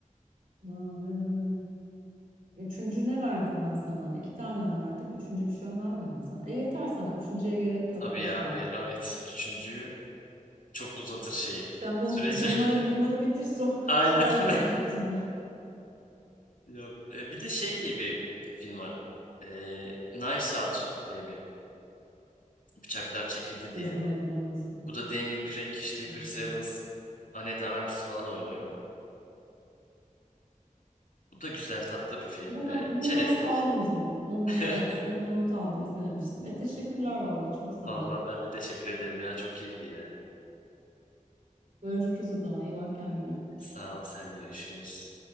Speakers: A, on the right; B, on the left.
A: Aynen öyle. Üçüncü ne verdim ben sana? İki tane önerdim. Üçüncü bir şey önermedim sana. E yeter sana. Üçüncüye gerek yok.
B: Tabii
A: Boş
B: ya
A: ver.
B: be, evet üçüncüyü çok uzatır şeyi
A: Sen bun,
B: sürece.
A: bunları
B: <laughs>
A: bunları bitir so-
B: Aynen.
A: <laughs> sonra
B: <laughs>
A: konuşuruz yine.
B: Ya, e, bir de şey diye bir film var. E, Knives Out diye bir bıçaklar çekildi
A: <laughs> İzlemedim
B: diye.
A: olmasın.
B: Bu da Daniel Craig işte
A: İzlemedim.
B: Chris Evans, Anne de Arms falan oynuyor. Bu da güzel tatlı bir film.
A: Bundan
B: E,
A: bundan
B: çerezlik.
A: not aldım o zaman. Bun,
B: <laughs>
A: evet, bundan not aldım. İzlememiştim. E teşekkürler valla. Çok sağ
B: Vallahi
A: ol.
B: ben de teşekkür ederim ya çok keyifliydi.
A: Görüşürüz o zaman. İyi bak kendine.
B: Sağ ol sen de görüşürüz.